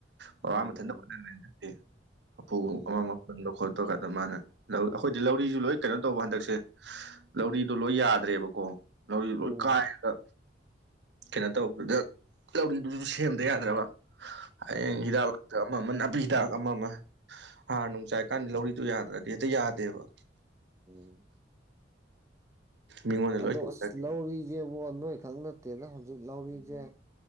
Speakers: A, on the right; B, on the right.
A: ꯃꯄꯥ
B: ꯎꯝ
A: ꯃꯊꯟꯇ ꯍꯣꯠ꯭ꯔꯦ ꯈꯦ ꯍꯥꯐꯨꯒ
B: ꯎꯝ
A: ꯑꯃ ꯃꯈꯜ ꯂꯧ ꯈꯣꯠ ꯇ ꯈ ꯃꯥꯅ ꯑꯩꯈꯣꯏꯗꯤ ꯂꯧꯔꯤꯁꯨ ꯂꯣꯏ ꯀꯩꯅꯣ ꯇꯧꯕ ꯍꯟꯗꯛꯁꯦ ꯂꯧꯔꯤꯗꯣ ꯂꯣꯏ ꯌꯥꯗ꯭ꯔꯦꯕꯀꯣ ꯂꯧꯔꯤꯗꯣ ꯂꯣꯏ
B: ꯎꯝ
A: ꯀꯥꯏꯔꯒ ꯀꯩꯅꯣ ꯇꯧꯕꯗꯨꯗ ꯂꯧꯔꯤꯗꯨꯗꯨꯁꯨ ꯁꯦꯝꯗ ꯌꯥꯗ꯭ꯔꯕ ꯍꯌꯦꯡ
B: ꯎꯝ
A: ꯍꯤꯗꯥꯛ ꯂꯥꯛꯇ ꯑꯃ ꯑꯃ ꯅꯥꯄꯤ ꯍꯤꯗꯥꯛ ꯑꯃ ꯑꯃ ꯍꯥ ꯅꯨꯡꯆꯥꯏꯀꯥꯟꯗꯤ ꯂꯧꯔꯤꯗꯨꯣ ꯌꯥꯗ꯭ꯔꯗꯤ ꯍꯦꯛꯇ ꯌꯥꯗꯦꯕ
B: ꯎꯝ
A: ꯃꯤꯉꯣꯟꯗ ꯂꯣꯏ
B: ꯑꯗꯣ
A: ꯇꯧꯗꯣꯏꯅꯦ
B: ꯑꯁ ꯂꯧꯔꯤꯁꯦꯕꯣ ꯅꯣꯏ ꯈꯛ ꯅꯠꯇꯦꯅ ꯍꯧꯖꯤꯛ ꯂꯧꯔꯤꯁꯦ